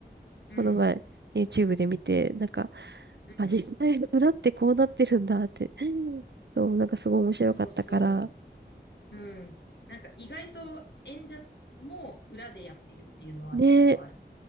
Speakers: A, on the left; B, on the right.
A: うん、
B: この前 YouTube で見て、なんか、
A: うん、
B: あ、実際裏ってこうなってるんだって、そう、なんかすごい面白かったから、
A: そうそう。うん。なんか意外と演者も裏でやってるっていうのは結構ある。
B: ねえ、